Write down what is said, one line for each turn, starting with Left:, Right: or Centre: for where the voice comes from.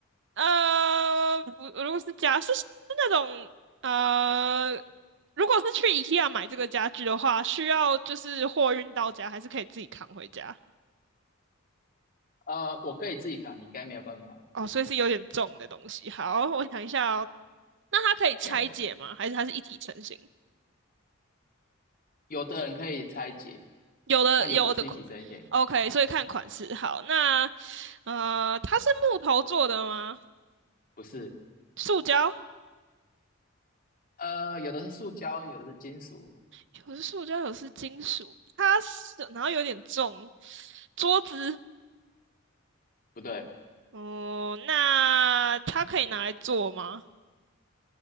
Right: 呃，不，如果是家是是那种呃，如果是去 IKEA 买这个家具的话，需要就是货运到家，还是可以自己扛回家？
Left: 呃，我可以自己扛，你应该没有办法。
Right: 哦，所以是有点重的东西。好，我想一下哦，那它可以拆解吗？
Left: 哎，
Right: 还是它是一体成型？
Left: 有的人可以拆解，
Right: 有的有的
Left: 那有的是一体成型，
Right: o k 所以看款式。好，那呃，它是木头做的吗？
Left: 不是。
Right: 塑胶，
Left: 呃，有的是塑胶，有的是金属，
Right: 有是塑胶，有是金属。它是，然后有点重，桌子。
Left: 不对，
Right: 哦，那它可以拿来做吗？